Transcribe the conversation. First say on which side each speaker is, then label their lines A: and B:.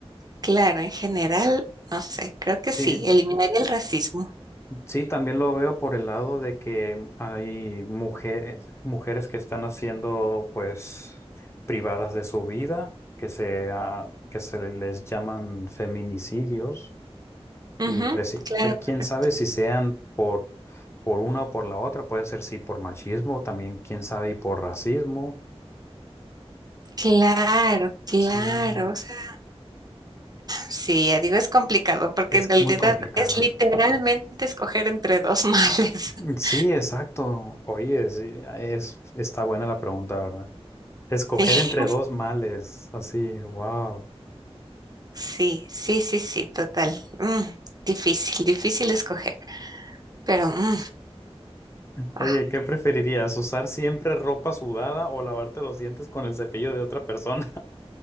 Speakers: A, on the right; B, on the left.
A: claro, en general, no sé, creo que
B: Sí,
A: sí, eliminaría el racismo.
B: sí, también lo veo por el lado de que hay mujeres, mujeres que están haciendo, pues, privadas de su vida, que se, ah, que se les llaman feminicidios.
A: Ujú,
B: Y pero sí,
A: claro,
B: pe- quién
A: correcto.
B: sabe si sean por, por una o por la otra, puede ser sí por machismo, también quién sabe y por racismo.
A: Claro, claro.
B: Sí,
A: O sea, sí, ya digo, es complicado porque
B: es
A: en realidad
B: muy complicado.
A: es literalmente escoger entre dos males. <laughs>
B: Sí, exacto. Oye, sí, es, está buena la pregunta, ¿verdad? Escoger
A: Sí,
B: entre dos males, así, wow.
A: sí, sí, sí, sí, total. Mm, difícil, difícil escoger. Pero, mm,
B: Oye,
A: ah.
B: ¿qué preferirías? ¿Usar siempre ropa sudada o lavarte los dientes con el cepillo de otra persona?